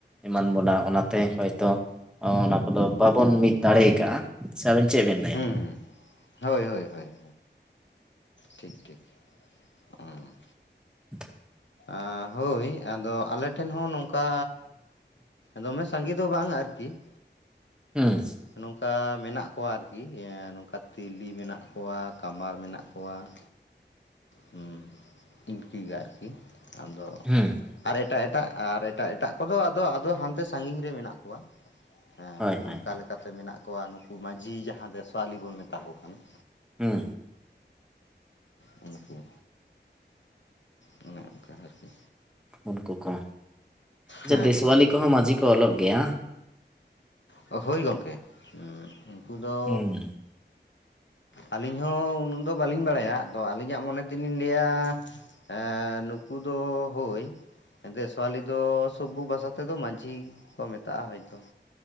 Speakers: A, in the centre; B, on the left.
A: ᱮᱢᱟᱱ ᱵᱚᱱᱟ ᱚᱱᱟᱛᱮ ᱦᱚᱭᱛᱳ ᱚ ᱚᱱᱟ ᱠᱚᱫᱚ ᱵᱟᱵᱚᱱ ᱢᱤᱫ ᱫᱟᱲᱮᱭ ᱟᱠᱟᱜᱼᱟ ᱥᱮ ᱟᱵᱮᱱ ᱪᱮᱫ ᱵᱮᱱ ᱞᱟᱹᱭᱟ
B: ᱦᱩᱸ ᱦᱳᱭ ᱦᱳᱭ ᱦᱳᱭ ᱦᱳᱭ ᱴᱷᱤᱠ ᱴᱷᱤᱠ ᱚᱸ
A: <inaudible>
B: ᱟ ᱦᱳᱭ ᱾ ᱮ ᱟᱫᱚ ᱟᱞᱮ ᱴᱷᱮᱱ ᱦᱚᱸ ᱱᱚᱝᱠᱟ ᱫᱚᱢᱮ ᱥᱟᱸᱜᱮ ᱫᱚ ᱵᱟᱝᱼᱟ ᱟᱨᱠᱤ ᱾
A: ᱦᱩᱸ ᱾
B: ᱱᱚᱝᱼᱠᱟ ᱢᱮᱱᱟᱜ ᱠᱚᱣᱟ ᱟᱨᱠᱤ ᱱᱚᱝᱠᱟ ᱛᱤᱞᱤ ᱢᱮᱱᱟᱜ ᱠᱚᱣᱟ, ᱠᱟᱢᱟᱨ ᱢᱮᱱᱟᱜ ᱠᱚᱣᱟ ᱾ ᱦᱩᱸ ᱤᱱᱠᱤ ᱜᱮ ᱟᱨᱠᱤ ᱟᱫᱚ
A: ᱦᱩᱸ ᱾
B: ᱟᱨ ᱮᱴᱟᱜ, ᱮᱴᱟᱜ ᱟᱨ ᱮᱴᱟᱜ, ᱮᱴᱟᱜ ᱠᱚᱫᱚ ᱟᱫᱚ ᱟᱫᱚ ᱦᱟᱱᱛᱮ ᱥᱟᱺᱜᱤᱧ ᱨᱮ ᱢᱮᱱᱟᱜ ᱠᱚᱣᱟ᱾ ᱦᱮᱸ
A: ᱦᱳᱭ ᱦᱳᱭ
B: ᱚᱱᱠᱟ ᱞᱮᱠᱟᱛᱮ ᱢᱮᱱᱟᱜ ᱠᱚᱣᱟ ᱱᱩᱠᱩ ᱢᱟᱺᱡᱷᱤ ᱡᱟᱦᱟᱸ ᱫᱚ ᱥᱳᱣᱟᱞᱤ ᱵᱚᱱ ᱢᱮᱛᱟ ᱠᱚ ᱠᱟᱱ ᱾
A: ᱦᱩᱸ ᱾
B: ᱩᱱᱠᱩ ᱚᱱᱮ ᱚᱱᱠᱟ ᱟᱨᱠᱤ
A: ᱩᱱᱠᱩ ᱠᱚ ᱡᱮ
B: ᱦᱮᱸ
A: ᱫᱮᱥᱣᱟᱞᱤ
B: ᱦᱳᱭ ᱦᱳᱭ
A: ᱠᱚᱦᱚᱸ ᱢᱟᱺᱡᱷᱤ ᱠᱚ ᱚᱞᱚᱜ ᱜᱮᱭᱟ ᱾
B: ᱦᱳᱭ ᱜᱚᱢᱠᱮ ᱩᱱᱠᱩ ᱫᱚ
A: ᱦᱩᱸ
B: ᱟᱹᱞᱤᱧ ᱦᱚᱸ ᱩᱱᱟᱹᱜ ᱫᱚ ᱵᱟᱹᱞᱤᱧ ᱵᱟᱲᱟᱭᱟ, ᱟᱫᱚ ᱟᱹᱞᱤᱧᱟᱜ ᱢᱚᱱᱮ ᱛᱮᱞᱤᱧ ᱞᱟ. ᱭᱟ ᱮᱸ ᱱᱩᱠᱩ ᱫᱚ ᱦᱳᱭ ᱾ ᱫᱮᱥᱣᱟᱞᱤ ᱫᱚ ᱥᱚᱵᱚᱵᱷᱚ ᱵᱷᱟᱥᱟ ᱛᱮᱫᱚ ᱢᱟᱺᱡᱷᱤ ᱠᱚ ᱢᱮᱛᱟᱜᱼᱟ ᱦᱚᱭᱛᱚ ᱾